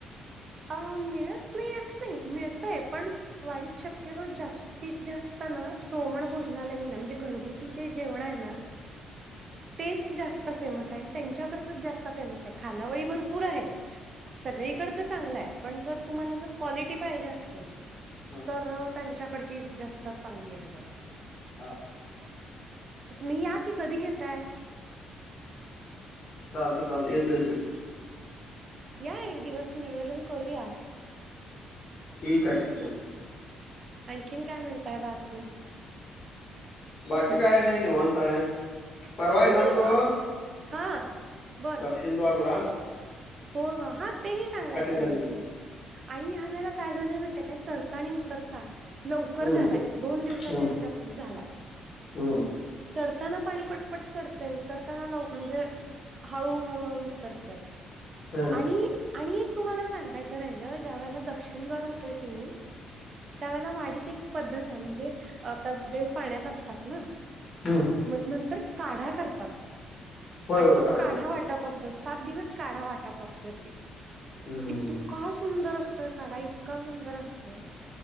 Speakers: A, on the right; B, on the left.
A: अ मिळत नाही असं नाही मिळतय पण वाढीत शक्यतो जास्त. ती जास्त ना सोमण भोजनालय म्हणून हाय म्हणजे घरगुती जे जेवण आहे ना. तेच जास्त फेमस आहे आणि त्यांच्याकडचच जास्त फेमस आहे खानावळी भरपूर. पूर आहेत सगळीकडचं चांगलं आहे पण जर तुम्हाला जर क्वालिटी पाहिजे असेल.
B: हा
A: तर त्यांच्याकडची जास्त चांगली आहे बघा.
B: हा
A: मी या कि कधी घताय.
B: चालत चालते येतो येतो की.
A: या एक दिवस नियोजन करूया.
B: ठीक ठीक आहे ठीक आहे.
A: आणखीन काय म्हणताय बाकी
B: बाकी काय नाय निवांत हाय परवा येणार
A: नाही
B: होतो.
A: अ, हा बरं
B: शिंदवारला
A: हो हा तेही सांगायच झालं
B: झाली की.
A: तुम आणि ह्या वेळेला काय झालंय माहितीय काय चढता आणि उतरता लवकर
B: हम्म
A: झालाय दोन दिवसाच्या
B: हम्म
A: ह्याच्यातच झालाय.
B: हम्म
A: चढताना पाणी पटपट चढतंय उतरताना लव म्हणजे हळू हळूहळू उतरतय.
B: हम्म
A: आणि आणि एक तुम्हाला सांगायचं राहिलं ज्या वेळेला दग दक्षिण दार होतोय की नई त्यावेळेला वाडीत एक पद्धत आहे म्हणजे आता देव पाण्यात असतात ना
B: हम्म
A: मग नंतर काढा करतात
B: होय
A: आणि
B: होय
A: तो काढा
B: करते
A: वाटपं असं तो सात दिवस काढा वाटप असतो की
B: हम्म हम्म
A: इतका
B: हम्म.
A: सुंदर अस तो काडा इतका सुंदर असतोय.